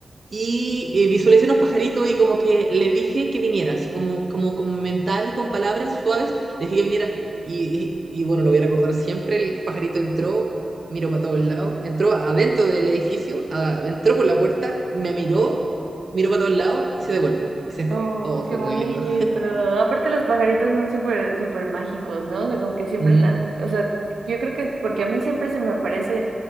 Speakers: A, on the right; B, on the right.
A: y eh, visualicé unos pajaritos y como que le dije que viniera, así como, como como mental y con palabras suaves, le dije que viniera y, y, y bueno, lo voy a recordar siempre, el pajarito entró, miró para todos lados, entró adentro del edificio, a- entró por la puerta, me miró, miró para todos lados y se devolvió y se fue.
B: Oh,
A: Oh, fue
B: qué bonito.
A: muy lindo.
B: Aparte los pajaritos son súper, súper mágicos, ¿no? O sea, como que siempre
A: Ujú,
B: están, o sea, yo creo que porque a mí siempre se me aparece